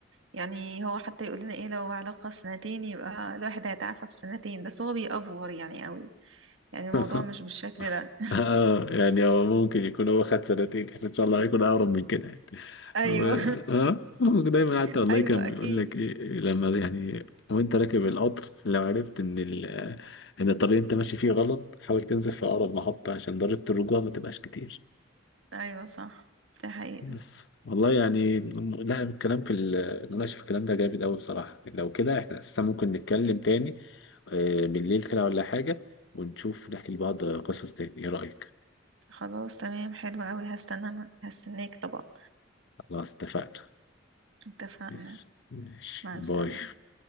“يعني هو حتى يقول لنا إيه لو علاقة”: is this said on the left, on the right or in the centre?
Right